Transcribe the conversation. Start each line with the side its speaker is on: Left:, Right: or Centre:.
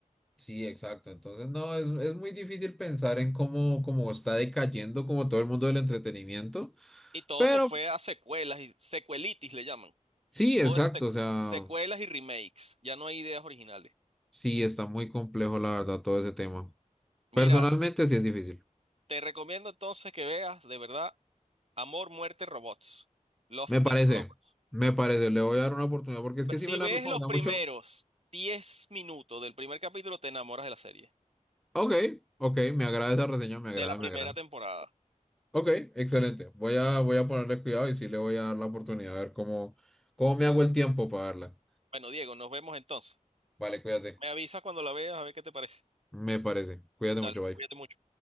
Centre: Sí, exacto, entonces no, es, es muy difícil pensar en cómo, cómo está decayendo como todo el mundo del entretenimiento,
Right: Y todo
Centre: pero
Right: se fue a secuelas y secuelitis le llaman.
Centre: sí,
Right: Todo
Centre: exacto,
Right: es secu-
Centre: o sea,
Right: secuelas y remakes. Ya no hay ideas originales.
Centre: sí está muy complejo la verdad todo ese tema.
Right: Mira,
Centre: Personalmente sí es difícil,
Right: Te recomiendo entonces que veas de verdad Amor, Muerte, Robots. Love,
Centre: me parece,
Right: Death Robots.
Centre: me parece, le voy a dar una oportunidad porque
Right: Ve-
Centre: es que
Right: Si
Centre: sí me la
Right: ves
Centre: recomienda
Right: los primeros
Centre: mucho.
Right: 10 minutos del primer capítulo, te enamoras de la serie,
Centre: Ok, ok, me agrada esa reseña, me agrada,
Right: de la primera
Centre: me agrada.
Right: temporada.
Centre: Ok, excelente. Voy a, voy a ponerle cuidado y sí le voy a dar la oportunidad a ver cómo, cómo me hago el tiempo para darla.
Right: Bueno, Diego, nos vemos entonces.
Centre: Vale, cuídate.
Right: Me avisas cuando la veas a ver qué te parece.
Centre: Me parece. Cuídate
Right: Dale,
Centre: mucho, bye.
Right: cuídate mucho.